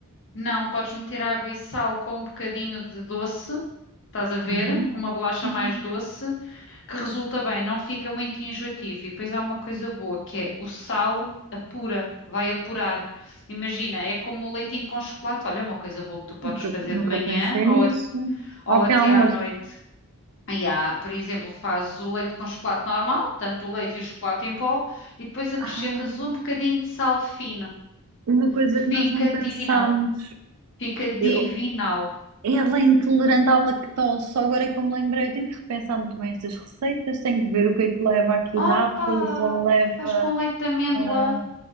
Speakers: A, on the left; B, on the right.
A: Não, podes meter água e sal com um bocadinho de doce, estás a ver?
B: Uhum.
A: Com uma bolacha
B: Sim,
A: mais
B: sim.
A: doce. que resulta bem, não fica muito enjoativo. E depois há uma coisa boa que é o sal apura, vai apurar. Imagina, é como o leitinho com chocolate. Olha, é uma coisa boa que tu podes
B: Nunca,
A: fazer
B: nunca
A: de manhã
B: pensei
A: ou,
B: nisso.
A: a- ou
B: Ao pequeno
A: até
B: almoço.
A: à noite. E há, por exemplo, fazes o leite com chocolate normal, tanto o leite e o chocolate em pó, e depois acrescentas
B: Ah,
A: um bocadinho de sal fino.
B: uma coisa
A: Fica
B: que nós não pensámos.
A: divinal. Fica divinal.
B: Eu- ela é intolerante à lactose. Só agora é que eu me lembrei. Eu tenho que repensar muito bem estas receitas. Tenho que ver o que é que leva aqui
A: Opa!
B: natas ou leva.
A: Faz com leite de amêndoa,
B: Ah,